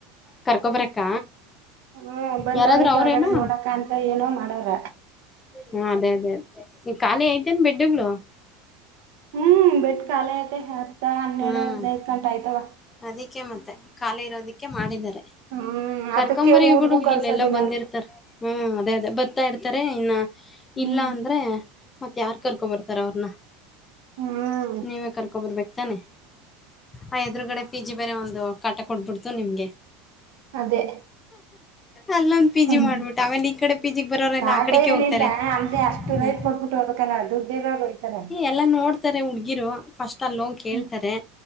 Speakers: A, on the left; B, on the right.
A: ಕರ್ಕೊಬರಕ್ಕ
B: ಹ್ಮ ಬಂದವ್ರ
A: ಯಾರಾದ್ರೂ
B: ಕೆಳಗಡೆ
A: ಅವ್ರೇನು
B: ನೋಡಕ ಅಂತ ಏನೋ ಮಾಡವರ
A: ಹ ಅದೇ ಅದೇ ಅದೇ ಖಾಲಿ ಐತೆೇನ್ ಬೆಡ್ಗಳು
B: ಹ್ಮ್ ಬೆಡ್ ಖಾಲಿ ಐತೆ ಹತ್ತ ಹನ್ನೆರಡು
A: ಹ್ಮ್
B: ಹದ್ನೈದು ಗಂಟ ಆಯ್ತವ
A: ಅದಕ್ಕೆ ಮತ್ತೆ ಖಾಲಿ ಇರೋದಿಕ್ಕೆ ಮಾಡಿದ್ದಾರೆ
B: ಹ್ಮ್
A: ಕರ್ಕಂಬರಿ
B: ಅದಕ್ಕೆ ಊರ್ಗೂ
A: ಬಿಿಡು
B: ಕಳ್ಸೋದಿಲ್ಲ
A: ಇಲ್ಲೆಲ್ಲಾ ಬಂದಿರ್ತಾರ
B: ಅವ್ರು
A: ಹ್ಮ್ ಅದೇ ಅದೇ ಬರ್ತಾ ಇರ್ತಾರೆ ಇನ್ನ
B: ಹ್ಮ್
A: ಇಲ್ಲ ಅಂದ್ರೆ ಮತ್ತ ಯಾರ್ ಕರ್ಕೊ ಬರ್ತಾರ ಅವ್ರನ್ನ
B: ಹ್ಮ್
A: ನೀವೇ ಕರ್ಕ ಬರ್ಬೇಕತಾನೆ ಆ ಎದುರುಗಡೆ ಪಿ ಜಿ ಬೇರೆ ಒಂದು ಕಾಟ ಕೊಡ್ಬಿಡ್ತು ನಿಮ್ಗೆ
B: ಅದೇ
A: ಅಲ್ಲ ಪಿ
B: ಹ್ಮ್
A: ಜಿ ಮಾಡ್ಬಿಟ್ಟ ಆಮೇಲೆ ಈ ಕಡೆ ಪಿ ಜಿ ಬರೋರೆಲ್ಲ
B: ಕಾಟ
A: ಆ ಕಡಿಕ್ಕೆ
B: ಏನಿಲ್ಲ
A: ಹೋಗ್ತಾರೆ
B: ಅಲ್ದೆ ಅಷ್ಟು
A: ಹ್ಮ
B: ರೇಟ್ ಕೊಟ್ಬಿಟ್ಟು ಹೋಗ್ಬೇಕಲ್ಲ ದುಡ್ ಇರೋವ್ರು ಹೊಯ್ತಾರೆ
A: ಎಲ್ಲ ನೋಡ್ತಾರೆ ಹುಡ್ಗಿರು ಫಸ್ಟ್ ಅಲ್ಲೋಗಿ ಕೇಳ್ತಾರೆ
B: ಹ್ಮ್